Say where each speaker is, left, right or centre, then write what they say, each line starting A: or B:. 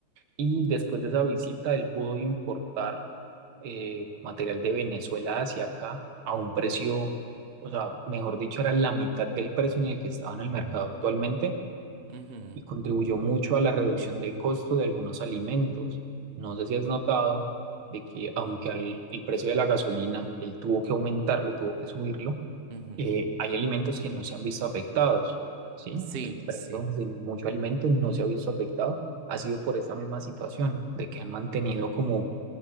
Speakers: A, on the right (about 80°); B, on the right (about 65°).
A: y después de esa visita él pudo importar eh, material de Venezuela hacia acá a un precio, o sea, mejor dicho, era la mitad del precio en el que estaba en el mercado actualmente
B: ujú,
A: y contribuyó mucho a la reducción de costo de algunos alimentos. No sé si has notado de que aunque al- el precio de la gasolina, él tuvo que aumentarlo, tuvo que subirlo,
B: ujú.
A: eh, hay alimentos que no se han visto afectados, ¿sí?
B: Sí,
A: El precio
B: sí.
A: de muchos alimentos no se ha visto afectado. Ha sido por esa misma situación, de que han mantenido como